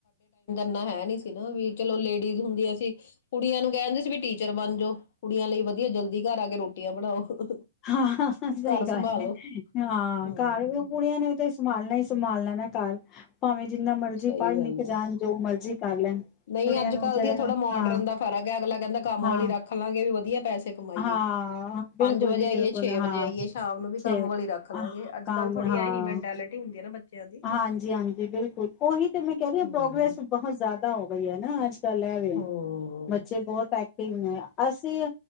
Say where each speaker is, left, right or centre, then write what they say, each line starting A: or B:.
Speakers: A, on the left; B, on the left.
A: ਮੈ ਹੈ ਨੀ ਸੀ ਨਾ ਵੀ ਚਲੋ ਲੇਡੀਜ਼ ਹੁੰਦੀਆਂ ਸੀ ਕੁੜੀਆਂ ਕਹਿ ਰਹੇ ਸੀ ਵੀ ਟੀਚਰ ਬਣ ਜੋ। ਕੁੜੀਆਂ ਲਈ ਵਧੀਆ ਜਲਦੀ ਘਰ ਆ ਕੇ ਰੋਟਿਆਂ ਬਣਾਓ।
B: ਹਾਂ-ਹਾ-ਹਾ ਸਹੀ
A: ਘਰ
B: ਗੱਲ
A: ਸੰਭਾਲੋ
B: ਹੈ ਹਾਂ
A: ਹਮ
B: ਘਾਰ ਵੀ ਕੁੜੀਆਂ ਨੇ ਵੀ ਤੇ ਸੰਭਾਲਣਾ ਸੀ। ਸੰਭਾਲ ਲੈਣਾ ਹੈ ਘਾਰ ਭਾਵੇਂ ਜਿੰਨਾ ਮਰਜ਼ੀ
A: ਸਹੀ
B: ਪੜ੍ਹ
A: ਗੱਲ
B: ਲਿਖ ਜਾਣ
A: ਆ
B: ਜੋ ਮਰਜ਼ੀ ਕਰ ਲੈਣ
A: ਨਹੀਂ
B: ਕੁੜੀਆਂ
A: ਅੱਜ
B: ਨੂੰ
A: ਕੱਲ
B: ਵਿਚਾਰਿਆਂ
A: ਦੀ ਆ ਥੋੜਾ
B: ਨੂੰ
A: ਮੋਡਰਨ
B: ਹਾਂ
A: ਦਾ ਫਰਕ ਹੈ ਅਗਲਾ ਕਹਿੰਦਾ ਕੰਮ
B: ਹਾਂ
A: ਵਾਲੀ ਰੱਖ ਲਾਂਗੇ ਵੀ ਵਧੀਆ ਪੈਸੇ ਕਮਾਈਏ
B: ਹਾਂ
A: ਪੰਜ
B: ਬਿਲਕੁਲ
A: ਵਜੇ
B: ਜੀ
A: ਆਈਏ
B: ਬਿਲਕੁਲ
A: ਛੇ
B: ਹਾਂ
A: ਵਜੇ ਆਈਏ ਸ਼ਾਮ ਨੂੰ ਵੀ
B: ਛੇ
A: ਕੰਮ ਵਾਲੀ ਰੱਖ ਲਾਂਗੇ
B: ਆਹ
A: ਅੱਜ-ਕੱਲ
B: ਕੰਮ
A: ਥੋੜ੍ਹੀ
B: ਹਾਂ
A: ਇਹੀ ਮੈਂਟੈਲਿਟੀ ਹੁੰਦੀ ਹੈ। ਬੱਚਿਆਂ ਦੀ
B: ਹਾਂਜੀ -ਹਾਂਜੀ ਬਿਲਕੁਲ ਉਹੀ ਤੇ ਮੈਂ ਕਹਿ ਰਹੀ
A: ਹਮ
B: ਪ੍ਰੋਗਰੈਸ ਬਹੁਤ ਜ਼ਿਆਦਾ ਹੋ ਬਈ ਹੈ ਨਾ ਅਜਟਲ <unintelligible> ਚਾਲਿਆ ਵੇ
A: ਹਮ
B: ਬੱਚੇ ਬਹੁਤ <unintelligible> ਅਸੀਂ